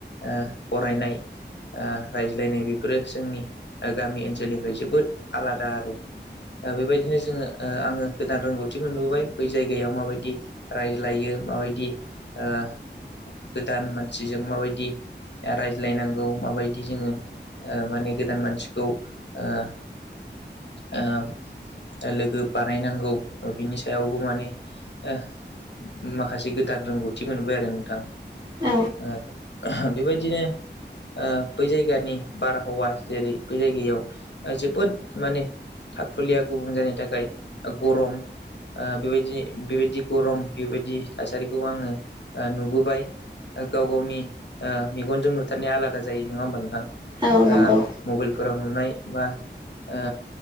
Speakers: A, on the left; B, on the right.
A: ओ फरायनाय ओ रायज्लायनाय बेफोरो जोंनि गामि ओनसोलनिफ्राय जोबोद आलादा आरो बेबायदिनो जोङो ओ आङो गोदान रोंगौथिफोरखौहाय बै जायगायाव माबायदि रायज्लायो माबायदि ओ गोदान मानसिजों माबायदि रायज्लायनांगौ माबायदि जोङो माने गोदान मानसिखौ ओ ओ लोगो बानायनांगौ बिनि सायावबो माने ओ माखासे गोदान रोंगौथि मोनबाय आरो नोंथां।
B: औ
A: ओ बेबायदिनो ओ बै जायगानि बारहावा जेरै बै जायगायाव जोबोद माने थाखुलिया गुबुं जानायनि थाखाय गरम ओ बेबायदि बेबायदि गरम बेबायदि थासारिखौबो आङो नुबोबाय गाव गावनि ओ मेगनजों नुथारनाया आलादा जायो नङा होमबा नोंथां ओ
B: औ नंगौ
A: मबाइलफोराव नुनाय बा ओ